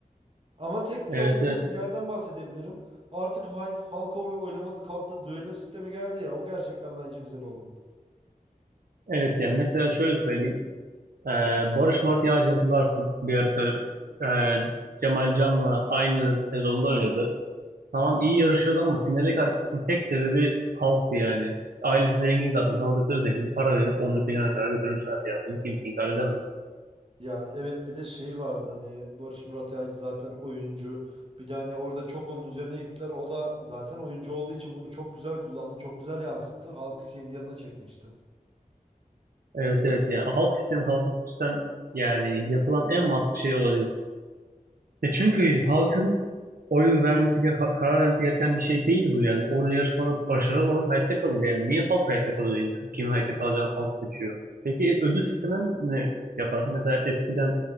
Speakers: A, on the right; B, on the right.
A: Ama tek
B: Evet
A: bir olumlu
B: evet.
A: bir yerden bahsedebilirim. Artık halk, halk oy- oylaması kalktı. Düello sistemi geldi ya. O gerçekten bence güzel oldu.
B: Evet yani mesela şöyle söyleyeyim. Ee, Barış Mart Yağcı hatırlarsın. Bir ara se- e, Cemal Can'la aynı sezonda oynadı. Tamam iyi yarışıyordu ama finale kalkmasının tek sebebi halktı yani. Ailesi zengin zaten. Tanıdıkları zengin. Para verip onu finale kadar götürmüşlerdi yani. Bunu kimse inkar edemez.
A: Ya evet bir de şey vardı hani Barış Murat Yağcı zaten oyuncu. Bir de hani orada çok onun üzerine gittiler. O da zaten oyuncu olduğu için bunu çok güzel kullandı. Çok güzel yansıttı. Halkı kendi yanına çekmişti.
B: Evet evet yani halk sistemi halk sistemden yani yapılan en mantıklı şey olabilir. Ya çünkü halkın oy vermesi gereken- karar vermesi gereken bir şey değil bu yani. Orada yarışmada başarılı olan hayatta kalır yani. Niye halk hayatta kalıyor insan? Kim hayatta kalacağını halk seçiyor. Peki ödül sisteminden ne yaparsın? Mesela eskiden